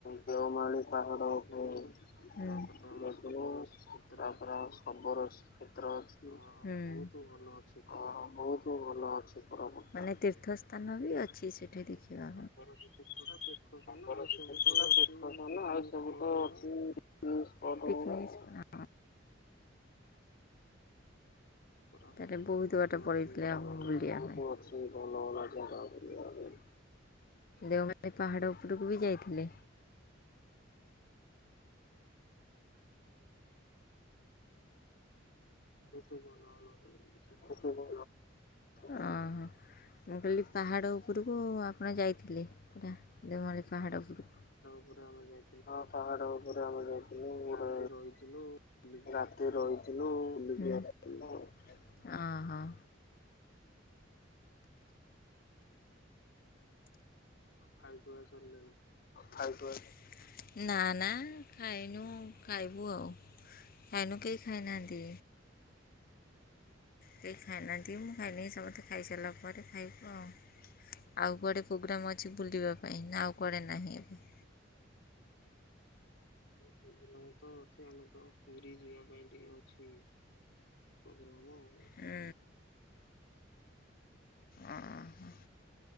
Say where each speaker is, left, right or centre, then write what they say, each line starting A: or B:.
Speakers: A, on the left; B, on the left.
A: ଦେଓମାଳି ପାହାଡ
B: ଯାଇଥିଲୁ
A: ଉପରେ
B: ତାପରେ
A: ହୁଁ ଦେଖିଲୁ
B: ଶବର କ୍ଷେତ୍ର
A: ତାପରେ
B: ଅଛି।
A: ସମ୍ବର କ୍ଷେତ୍ର ଅଛି
B: ଅ
A: ହୁଁ
B: ବହୁତ ଭଲ ଅଛି କୋରାପୁଟ
A: ଆଉ
B: ଟା।
A: ମୁଁ ଭଲ ଅଛି ମାନେ ତୀର୍ଥ ସ୍ଥାନ ବି ଅଛି ସେଠି ଦେ ଖିବା
B: ଶବର ଶ୍ରୀକ୍ଷେତ୍ର ଟା ତୀର୍ଥସ୍ଥାନ
A: ପାଇଁ
B: ଆଉ ସବୁ ତ ଅଛି ପିକନିକ
A: <inaudible> ଆଉ ସବୁ
B: ସ୍ପଟ
A: ତ
B: ଗୁଡା।
A: ଅଛି। ପିକନିକ ସ୍ପଟ
B: କୋରାପୁଟରେ
A: ତାହେଲେ ବହୁତ ବାଟ
B: ଅଛି
A: ପଳେଇଥିଲେ
B: ଭଲ
A: ଆପଣ
B: ଭଲ
A: ବୁଲିବା
B: ଜାଗା
A: ପାଇଁ
B: ପାଇଁ।
A: ଦେଓମାଳି ପାହାଡ଼ ଉପରକୁ ବି ଯାଇଥିଲେ।
B: <unintelligible>
A: <unintelligible> ଓହୋ। ମୁଁ କହିଲି ପାହାଡ଼ ଉପୁରୁକୁ ଆପଣ ଯାଇଥିଲେ ପୁରା ଦେଓମାଳି ପାହାଡ଼ ଉପରକୁ।
B: ପୁରା ହଁ ଯାଇ
A: ହଁ ପାହାଡ଼ ଉପରେ ଆମେ ଯାଇଥିଲୁ ପୁରା
B: ରାତି ରହିଥିଲୁ ବୁଲିକି
A: ରାତି
B: ଆସିଥିଲୁ
A: ରହିଥିଲୁ ବୁଲିକି ଆସିଥିଲୁ, ଓହୋ।
B: ଖାଇ ଖୁଆ ସାରିଲେଣି?
A: ଖାଇ ଖୁଆକି ନା ନା ଖାଇନୁ ଖାଇବୁ ଆଉ। ଖାଇନୁ କେହି ଖାଇନାହାନ୍ତି। କେହି ଖାଇନାହାନ୍ତି ମୁଁ ଖାଇନି ସମସ୍ତେ ଖାଇସାରିଲା ପରେ ଖାଇବୁ ଆଉ। ଆଉ କୁଆଡ଼େ ପୁଗ୍ରାମ୍ ଅଛି ବୁଲିବା ପାଇଁ ନା ଆଉ କୁଆଡ଼େ ନାହିଁ ଏବେ?
B: <unintelligible> ଅଛି ଆମେ ତ ପୁରୀ ଯିବା ପାଇଁ ଟିକେ ଅଛି। ପୋଗ୍ରାମ ଆଉ।
A: ହୁଁ ଆ ହ।